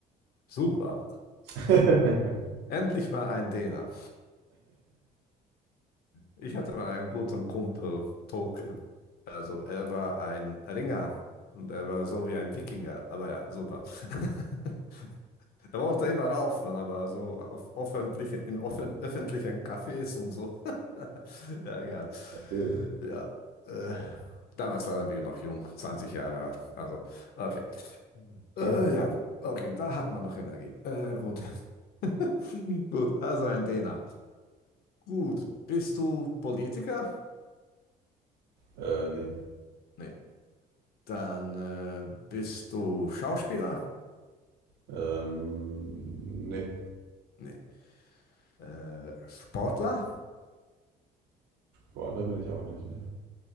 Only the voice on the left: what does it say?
Super.
Endlich mal ein Däner. Ich hatte mal einen guten Kumpel, Toke. Also er war ein Ringer und er war so wie ein Wikinger. Aber ja, super. <laughs> Er wollte immer raufen, aber so auf öffentliche, in offen, öffentlichen Cafés und so. <laughs> Ja, egal.
Ja. Äh, damals waren wir noch jung, 20 Jahre alt. Also, okay. Äh,
ja, okay, da hat man noch Energie. Äh, gut. <laughs> Gut, also ein Däner. Gut, bist du Politiker?
Nee. Dann äh, bist du Schauspieler?
Nee. Äh, Sportler?